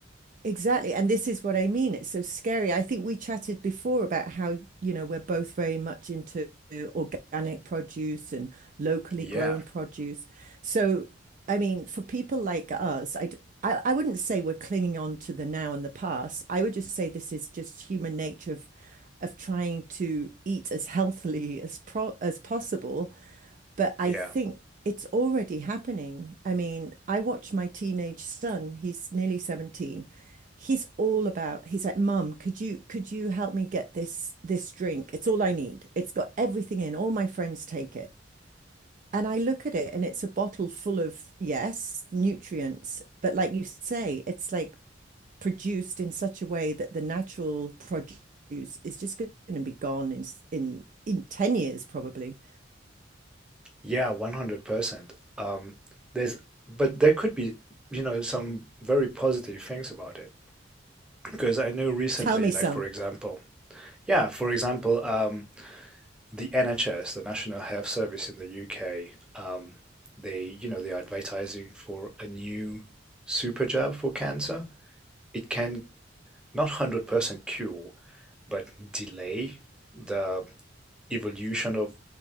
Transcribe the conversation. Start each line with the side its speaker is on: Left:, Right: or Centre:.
Right: Exactly. And this is what I mean. It's so scary. I think we chatted before about how, you know, we're both very much into organic produce and locally
Centre: Yeah,
Right: grown produce. So, I mean, for people like us, I'd, I, I wouldn't say we're clinging on to the now and the past. I would just say this is just human nature of of trying to eat as healthily as pro as possible. But I
Centre: yeah,
Right: think it's already happening. I mean, I watch my teenage son, he's nearly 17. He's all about, he's like, Mum, could you could you help me get this this drink? It's all I need. It's got everything in. All my friends take it. And I look at it and it's a bottle full of, yes, nutrients, but like you say, it's like produced in such a way that the natural produce is just going to be gone in in in 10 years probably.
Centre: yeah, 100%. Um, there's, but there could be, you know, some very positive things about it because I know recently,
Right: Tell me
Centre: like
Right: some.
Centre: for example, yeah, for example, um, the NHS, the National Health Service in the UK, um, they, you know, they are advertising for a new super jab for cancer. It can not 100% cure, but delay the evolution of